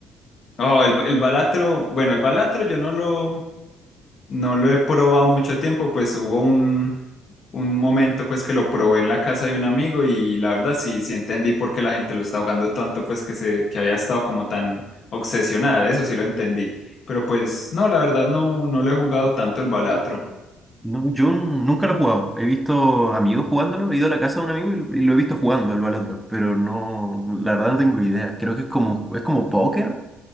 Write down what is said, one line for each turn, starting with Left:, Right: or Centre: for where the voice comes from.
Left: Oh, el, el Balatro, bueno, el Balatro yo no lo, No lo he probado mucho tiempo, pues hubo un, un momento pues que lo probé en la casa de un amigo y la verdad sí, sí entendí por qué la gente lo está jugando tanto, pues que se, que había estado como tan obsesionada, eso sí lo entendí. Pero pues no, la verdad no, no lo he jugado tanto el Balatro.
Centre: No, yo n- nunca lo he jugado. He visto amigos jugándolo, he ido a la casa de un amigo y, y lo he visto jugando al Balatro, pero no, la verdad no tengo idea. Creo que es como, es como póker